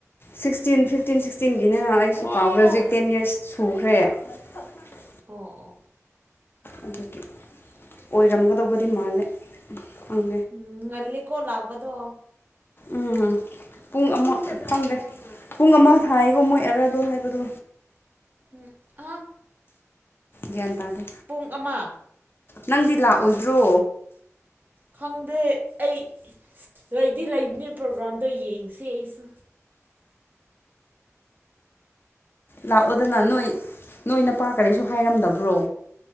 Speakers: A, on the left; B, on the right.
A: ꯁꯤꯛꯁꯇꯤꯟ ꯐꯤꯐꯇꯤꯟ ꯁꯤꯛꯁꯇꯤꯟꯒꯤꯅꯤꯅ ꯑꯩꯁꯨ ꯀꯥꯎꯈ꯭ꯔꯦ ꯍꯧꯖꯤꯛ ꯇꯦꯟ ꯌꯔꯁ ꯁꯨꯈ꯭ꯔꯦ ꯃ
B: ꯑꯣ ꯑꯣ
A: ꯑꯗꯨꯗꯤ ꯑꯣꯏꯔꯝꯒꯗꯧꯕꯗꯤ ꯃꯥꯜꯂꯦ ꯍꯧ
B: ꯎꯝ ꯉꯜꯂꯦꯀꯣ ꯂꯥꯛꯄꯗꯣ
A: ꯎꯝ ꯄꯨꯡ ꯑꯃ ꯐꯪꯗꯦ ꯄꯨꯡ ꯑꯃ ꯊꯥꯏꯌꯦꯀꯣ ꯃꯣꯏ ꯑꯦꯔꯥꯏꯕꯦꯜ ꯍꯥꯏꯕꯗꯣ
B: ꯎ ꯑ
A: ꯒ꯭ꯌꯥꯟ ꯇꯔꯦ
B: ꯄꯨꯡ ꯑꯃ
A: ꯅꯪꯗꯤ ꯂꯥꯛꯑꯣꯏꯗ꯭ꯔꯣ
B: ꯈꯪꯗꯦ ꯑꯩ ꯂꯩꯗꯤ ꯂꯩꯕꯅꯦ ꯄ꯭ꯔꯣꯒꯥ꯭ꯔꯥꯝꯗꯣ ꯌꯦꯡꯁꯦ ꯑꯩꯁꯨ
A: ꯂꯥꯛꯑꯣꯗꯅ ꯅꯣꯏ ꯅꯣꯏꯅ ꯄꯥ ꯀꯔꯤꯁꯨ ꯍꯥꯏꯔꯝꯗꯕ꯭ꯔꯣ